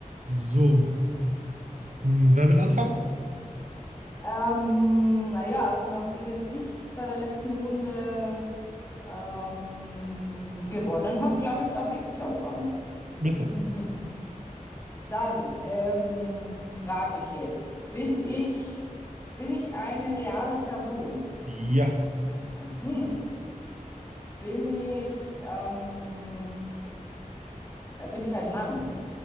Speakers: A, on the right (about 60°); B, on the left (about 20°).
A: So, hm, wer will anfangen?
B: Ähm, naja, also nachdem jetzt ich bei der letzten Runde ähm, gewonnen habe, glaube ich, darf ich anfangen.
A: Bitte.
B: <laughs> Dann ähm, frage ich jetzt, bin ich, bin ich eine reale Person?
A: Ja,
B: Mhm. Bin ich, ähm, äh, bin ich ein Mann?